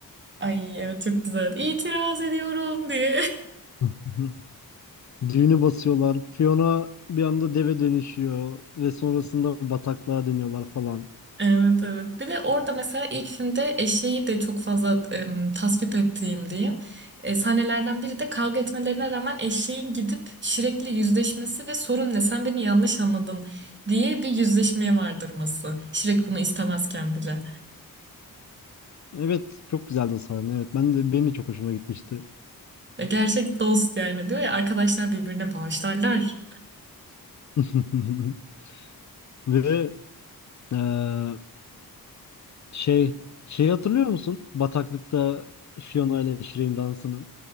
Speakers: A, on the right (about 30°); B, on the left (about 50°).
A: Ay evet çok güzel. İtiraz ediyorum diye. <laughs>
B: <laughs> Düğünü basıyorlar. Fiona bir anda deve dönüşüyor ve sonrasında bataklığa dönüyorlar falan.
A: Evet evet. Bir de orada mesela ilk filmde eşeği de çok fazla em, tasvip ettiğim diyeyim. E, sahnelerden biri de kavga etmelerine rağmen eşeğin gidip Shrek'le yüzleşmesi ve sorun ne sen beni yanlış anladın diye bir yüzleşmeye vardırması. Shrek bunu istemezken bile.
B: Evet çok güzeldi o sahne. Evet ben de benim de çok hoşuma gitmişti.
A: Ve gerçek dost yani diyor ya arkadaşlar birbirine bağışlarlar.
B: <laughs> Ve eee, şey şey hatırlıyor musun? Bataklıkta Fiona ile Shrek'in dansını.